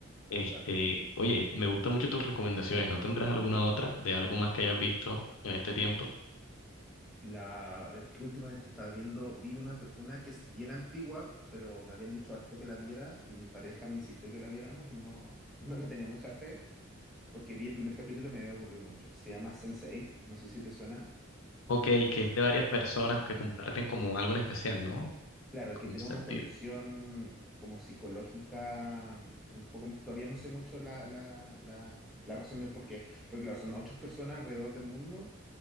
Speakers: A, on the left (about 75°); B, in the centre.
A: Este,
B: claro.
A: oye, me gustan mucho tus recomendaciones. ¿No tendrás alguna otra de algo más que hayas visto en este tiempo?
B: La, a ver, ¿qué última de esta estaba viendo? Vi una, pe- una que es bien antigua, pero me habían dicho harto que la viera y mi pareja me insistió que la viéramos y no, no le tenía mucha fe porque vi el primer capítulo y me había aburrido mucho. Se llama sense Eight no sé si te suena.
A: Ok, que es de varias personas que comparten como algo en especial, ¿no?
B: Claro,
A: Como
B: que tiene
A: un sentido.
B: una conexión como psicológica, mm, un poco, mis- todavía no sé mucho la, la, la, la razón del por qué, pero claro, son ocho personas alrededor del mundo